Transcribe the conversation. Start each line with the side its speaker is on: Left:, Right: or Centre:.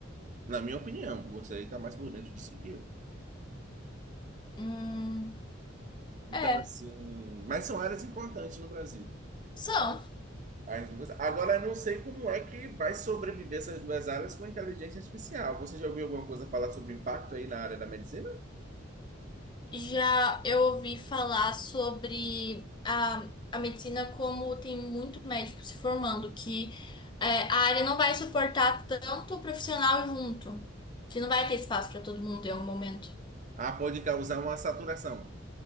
Right: Na minha opinião, você está mais por dentro disso que eu.
Left: hum,
Right: Então,
Left: é.
Right: assim, mas são áreas importantes no Brasil.
Left: São.
Right: As duas. Agora, eu não sei como é que vai sobreviver essas duas áreas com a inteligência artificial. Você já ouviu alguma coisa falar sobre o impacto aí na área da medicina?
Left: Já eu ouvi falar sobre a, a medicina como tem muito médico se formando, que é, a área não vai suportar tanto profissional junto, que não vai ter espaço para todo mundo em um momento.
Right: Ah, pode causar uma saturação.